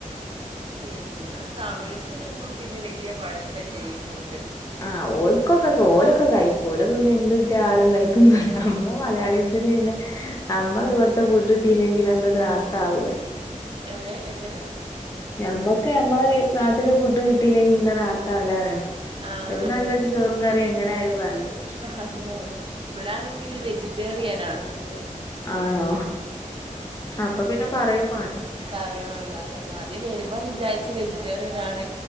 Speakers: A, on the right; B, on the left.
A: പിന്ന താമിഴ്സിനൊന്നും പിന്നെ വല്ല്യ കൊഴപ്പല്ല്യ ഈ ഫുഡ്.
B: ആഹ് ഓൽക്കൊക്കെ ഓലൊക്കെ കഴിക്കു ഓലൊക്കെ പിന്നെ എന്ത്‌ കിട്ടിയാലും കഴിക്കുന്നോല.
A: ആഹ്
B: നമ്മളെ മലയാളീസിന് പിന്നെ നമ്മളവ്ട്ത്തെ ഫുഡ് ട്ടീല്ലെങ്കിലന്ന് റാഹതാവൂല.
A: ഏല്ലേ എങ്ങന?
B: ഞമ്മക്ക് ഞമ്മളെ ഇ നാട്ടിലെ ഫുഡ് കിട്ടില്ലെങ്കി പിന്നെ റാഹത്താവൂല റ്യ.
A: ആഹ്
B: ഒരു
A: അതന്നെ
B: നല്ലൊരു ചോറും കറിം എങ്ങനെ ആയാലും വേണല്ലോ.
A: അതെ അതെ ഇവടെ ആണെങ്കിൽ വെജിറ്റേറിയനാണ് ഫുള്ള്.
B: ആണോ? അപ്പ പിന്നെ പറയും മാണ്ട.
A: പറയും വേണ്ട അതന്നെ. ആദ്യം വരുമ്പോ വിചാരിച്ചു വെജിറ്റേറിയനാണ്